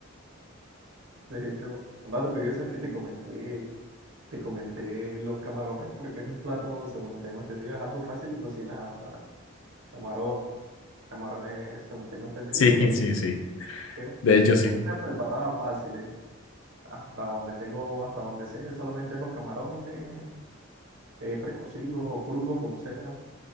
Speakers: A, on the right; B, on the left.
A: De hecho, un dato curioso es que te comenté, te comenté los camarones, porque es un plato, según tengo entendido, es algo fácil de cocinar. O sea, camarón, camarones, según tengo entendido,
B: Sí,
A: o sea,
B: sí, sí.
A: es
B: De hecho, sí.
A: una preparada fácil. eh. Hasta donde tengo, hasta donde sé, solamente los camarones, eh, precocidos o crudos, como sea,